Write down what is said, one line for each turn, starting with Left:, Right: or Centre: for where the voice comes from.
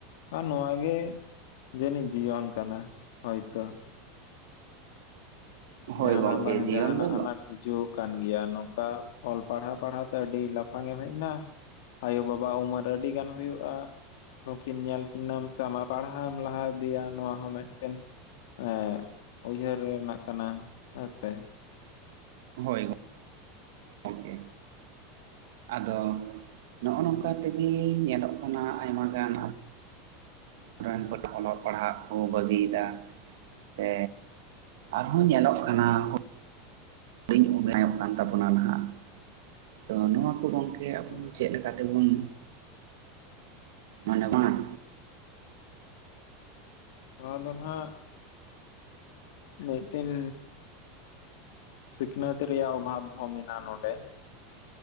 Left: ᱟᱨ ᱱᱚᱣᱟ ᱜᱮ ᱡᱮᱱᱤᱡ ᱡᱤᱭᱚᱱ ᱠᱟᱱᱟ ᱦᱳᱭᱛᱚ
Right: ᱦᱳᱭ
Left: ᱡᱟᱦᱱᱟᱜ
Right: ᱜᱚᱢᱠᱮ
Left: ᱵᱟᱝ
Right: ᱡᱤᱭᱚᱱ
Left: ᱡᱟᱦᱱᱟᱜ
Right: ᱫᱚ
Left: ᱟᱱᱟᱴ ᱦᱤᱡᱩᱜ ᱠᱟᱱ ᱜᱮᱭᱟ ᱱᱚᱝᱠᱟ ᱚᱞ ᱯᱟᱲᱦᱟᱣ ᱯᱟᱲᱦᱟᱣ ᱛᱮ ᱟᱹᱰᱤ ᱞᱟᱯᱷᱟᱝ ᱮᱢ ᱦᱮᱡ ᱮᱱᱟ ᱟᱭᱳᱼᱵᱟᱵᱟᱣᱟᱜ ᱩᱢᱮᱨ ᱟᱹᱰᱤ ᱜᱟᱱ ᱦᱩᱭᱩᱜᱼᱟᱹ ᱱᱩᱠᱤᱱ ᱧᱮᱞ ᱠᱤᱱᱟᱹᱢ ᱥᱮ ᱟᱢᱟᱜ ᱯᱟᱲᱦᱟᱣ ᱮᱢ ᱞᱟᱦᱟ ᱤᱫᱤᱭᱟ ᱱᱚᱣᱟ ᱦᱚᱸ ᱢᱤᱫᱴᱮᱱ ᱮ ᱩᱭᱦᱟᱹᱨ ᱨᱮᱱᱟᱜ ᱠᱟᱱᱟ ᱦᱮᱸᱥᱮ
Right: ᱦᱭ ᱜᱚᱝᱠᱮ ᱟᱫᱚ ᱱᱚᱜᱼᱚ ᱱᱚᱝᱠᱟ ᱛᱮᱜᱮ ᱧᱮᱞᱚᱜ ᱠᱟᱱᱟ ᱟᱭᱢᱟ ᱜᱟᱱ ᱨᱮᱱ <inaudible> ᱚᱞᱚᱜ ᱯᱟᱲᱦᱟᱜ ᱠᱚ ᱵᱟᱹᱜᱤᱭᱮᱫᱟ ᱥᱮ ᱟᱨᱦᱚᱸ ᱧᱮᱞᱚᱜ ᱠᱟᱱᱟ ᱦᱩ ᱞᱤᱧ <inaudible> ᱠᱟᱱ ᱛᱟᱵᱚᱱᱟ ᱱᱟᱦᱟᱜ ᱛᱚ ᱱᱚᱣᱟ ᱠᱚ ᱜᱚᱝᱠᱮ ᱟᱵᱚ
Left: ᱱᱚᱣᱟ
Right: ᱪᱮᱫ ᱞᱮᱠᱟ ᱠᱟᱛᱮ ᱵᱚᱱ ᱱᱚᱰᱮ ᱵᱟᱝ
Left: ᱱᱚᱣᱟ ᱫᱚ ᱱᱟᱦᱟᱜ ᱢᱤᱫᱴᱤᱱ ᱥᱤᱠᱱᱟᱹᱛ ᱨᱮᱭᱟᱜ ᱵᱷᱟᱵᱽ ᱦᱚᱸ ᱢᱮᱱᱟᱜᱼᱧ ᱱᱚᱸᱰᱮ